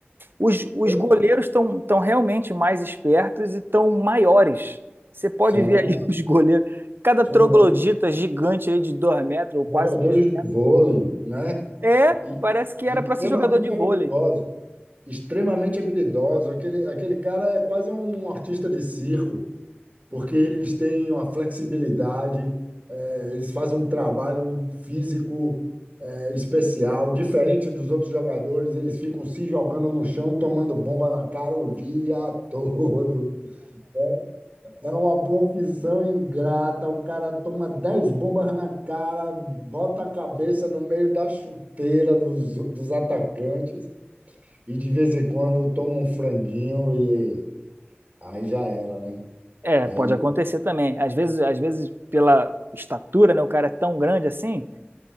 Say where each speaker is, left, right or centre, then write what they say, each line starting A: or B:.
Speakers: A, on the right; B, on the right.
A: Os, os
B: eu-
A: goleiros estão tão realmente mais espertos e estão maiores. Você pode
B: são,
A: ver aí <laughs> os goleiros. Cada
B: são
A: troglodita
B: bons
A: gigante aí de 2 metros, ou
B: jogadores
A: quase 2
B: de vôlei, né?
A: É,
B: E,
A: parece que
B: e
A: era para
B: extremamente
A: ser jogador de vôlei.
B: habilidosos. Extremamente habilidosos. Aquele, aquele cara é quase um artista de circo, porque eles têm uma flexibilidade, eh, eles fazem um trabalho físico especial, diferente dos outros jogadores, eles ficam se jogando no chão e tomando bomba na cara o dia todo. É é uma profissão ingrata. O cara toma 10 bombas na cara, bota a cabeça no meio da chuteira dos, dos atacantes e de vez em quando toma um franguinho e aí já era, né?
A: É,
B: Aí
A: pode
B: ele
A: acontecer também. Às vezes, às vezes pela estatura, né, o cara é tão grande assim,